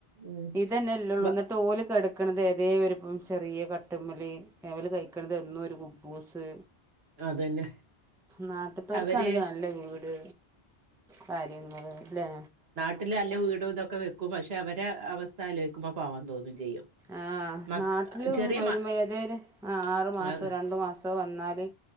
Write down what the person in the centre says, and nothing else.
ത് തന്നെല്ലേള്ളൂന്ന്
ന്നട്ട് ഓല് കെടക്കണത്ഏതേ ഒരും ഒം ചെറിയ കട്ടുമ്മല് ല് കഴിക്കണത് എന്നും ഒരു കുബ്ബൂസ്
നാ അടുത്തർക്കാണെങ്കിൽ
നല്ല വീട് കാര്യങ്ങള്ല്ലേ.
ആഹ
നാട്ടില്
വരുമ്പോ
ഏതേിലും ആഹ ആറു മാസം
രണ്ടു മാസോ ഇപ്പോൾ വന്നാല്